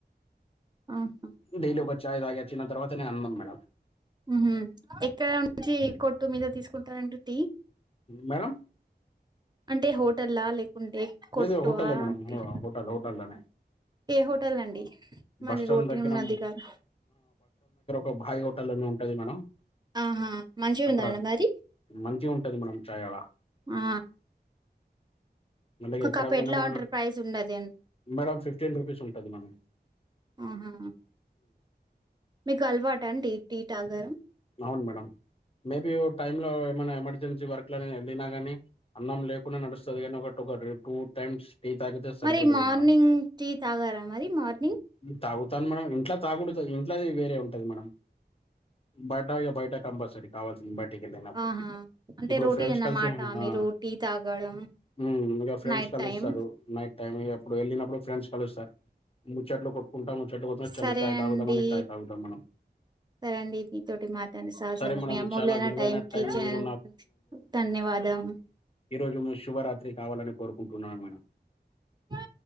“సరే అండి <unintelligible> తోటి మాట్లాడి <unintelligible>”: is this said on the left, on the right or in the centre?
Right